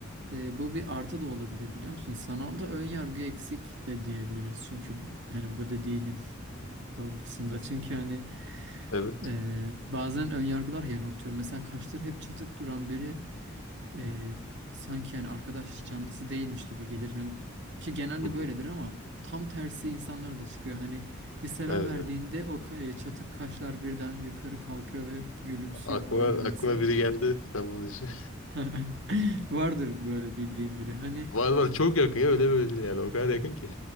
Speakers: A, on the right; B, on the left.
A: e, bu bir artı da olabilir biliyor musun? Sanalda ön yargı eksik de diyebiliriz. Çünkü hani bu dediğinin doğrultusunda. Çünkü hani
B: Evet.
A: e, bazen ön yargılar yanıltıyor. Mesela kaşları hep çatık duran biri e, sanki yani arkadaş canlısı değilmiş gibi gelir. Hani ki genelde
B: Hı hı.
A: böyledir ama tam tersi insanlar da çıkıyor. Hani bir selam
B: Evet,
A: verdiğinde
B: evet.
A: o ka- e, çatık kaşlar birden yukarı kalkıyor ve gülümsüyor
B: Aklıma,
A: falan o
B: aklıma
A: insan.
B: biri geldi sen bunun için.
A: <laughs> Vardır böyle bildiğim biri. Hani
B: <laughs> Var var çok yakın ya öyle böyle değil yani o kadar yakın ki.